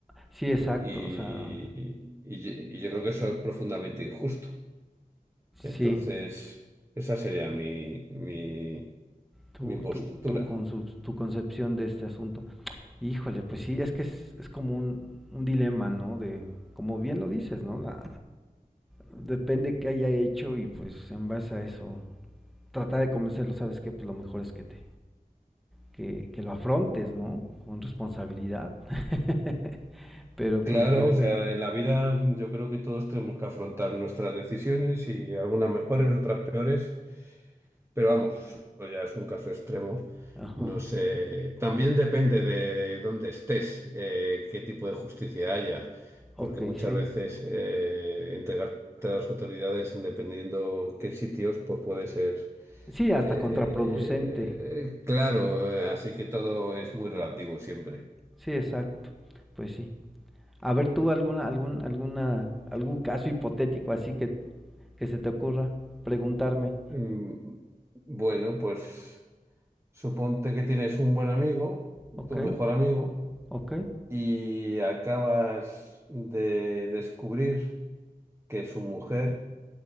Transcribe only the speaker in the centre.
Sí, exacto.
O sea,
sí.
Tu,
tu, tu, consu- tu concepción de este asunto. Híjole, pues sí, es que es, es como un, un dilema, ¿no? De, como bien lo dices, ¿no? La, depende qué haya hecho y pues en base a eso tratar de convencerlo, ¿sabes qué? Pues lo mejor es que te que, que lo afrontes, ¿no? Con responsabilidad. <laughs> Pero pues
bueno,
ajá.
Ok,
sí.
Sí, hasta
contraproducente.
Sí, exacto. Pues sí. A ver tú alguna algún alguna algún caso hipotético así que que se te ocurra preguntarme.
Ok,
ok,